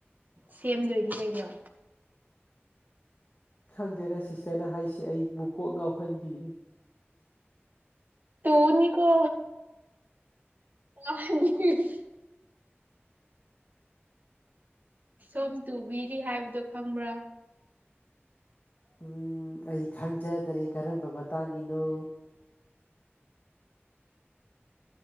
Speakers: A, on the right; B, on the left.
A: ꯁꯦꯝꯗꯣꯏꯅꯤ ꯀꯩꯅꯣ
B: ꯈꯪꯗꯦꯅ ꯁꯤꯁꯇꯔꯅ ꯍꯥꯏꯁꯤꯦ ꯑꯩꯕꯨ ꯀꯣꯛ ꯉꯥꯎꯍꯟꯕꯤꯔꯤ
A: ꯇꯨꯅꯤ ꯀꯣ ꯀ <unintelligible> ꯁꯣꯝ ꯇꯨꯕꯤꯔꯤ ꯍꯥꯏꯕꯗꯣ ꯈꯪꯕ꯭ꯔꯥ
B: ꯎꯝ ꯑꯩ ꯈꯪꯖꯗ꯭ꯔꯦ ꯀꯔꯝꯕ ꯃꯇꯥꯡꯒꯤꯅꯣ